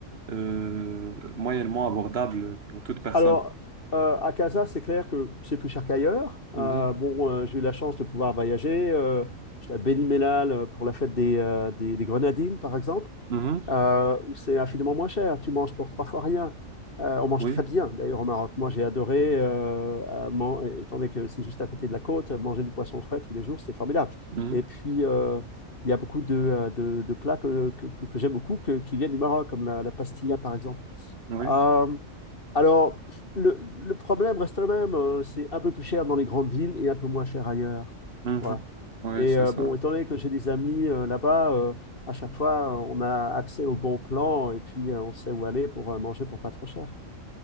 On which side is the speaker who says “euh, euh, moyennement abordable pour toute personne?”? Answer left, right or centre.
Right